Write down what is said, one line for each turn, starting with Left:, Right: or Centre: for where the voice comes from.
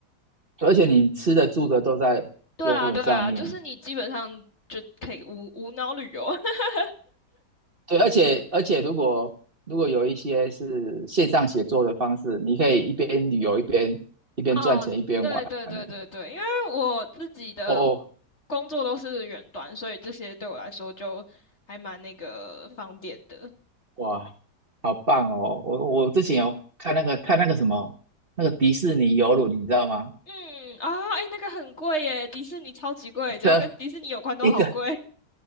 Right: 对而且你吃的住的都在游轮上面，
Left: 对啊，对啊，就是你基本上就可以无无脑旅游。<laughs>
Right: 对，而且而且如果如果有一些是线上写作的方式，你可以一边旅游一边一边赚钱一边玩呢。
Left: 哦，对对对对对，因为我自己的
Right: 哦哦，
Left: 工作都是远端，所以这些对我来说就还蛮那个方便的。
Right: 哇，好棒哦！我我之前有看那个看那个什么那个迪士尼游轮，你知道吗？
Left: 嗯啊，哎，那个很贵耶，迪士尼超级贵，只要跟迪士尼有关都好贵。
Right: 这一个